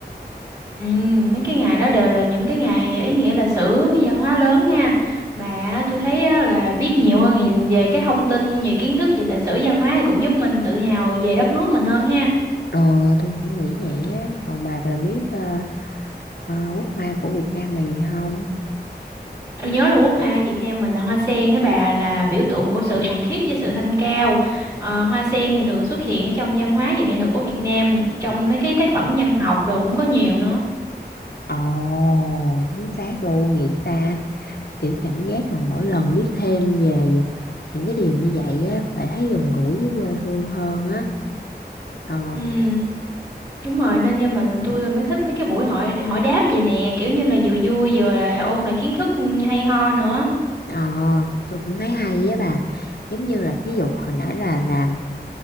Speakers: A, on the right (about 20°); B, on the left (about 65°).
A: Ừm, mấy cái ngày đó đều là những cái ngày ý nghĩa lịch sử văn hóa lớn ha mà tôi thấy á, là biết nhiều hơn về về cái thông tin về kiến thức về lịch sử văn hóa thì cũng giúp mình tự hào về đất nước mình hơn ha
B: Ờ tôi cũng nghĩ vậy á còn bà bà biết à, à, quốc hoa của Việt Nam là gì không
A: tôi nhớ là quốc hoa Việt Nam mình là hoa sen á bà là biểu tượng của sự thuần khiết với sự thanh cao Ờ, hoa sen thì thường xuất hiện ở trong văn hóa và nghệ thuật của Việt Nam trong mấy cái tác phẩm văn học đồ cũng có nhiều nữa
B: Ồ chính xác luôn dữ ta kiểu cảm giác mà mỗi lần biết thêm về những cái điều như vậy á lại thấy gần gũi với quê hương hơn á ờ
A: Ừ. Đúng rồi nên nhưng mà tôi là mới thích mấy cái buổi hỏi hỏi đáp vậy nè, kiểu như là vừa vui vừa là ôn lại kiến thức hay ho nữa.
B: ờ tôi cũng thấy hay á bà giống như là thí dụ hồi nãy là làm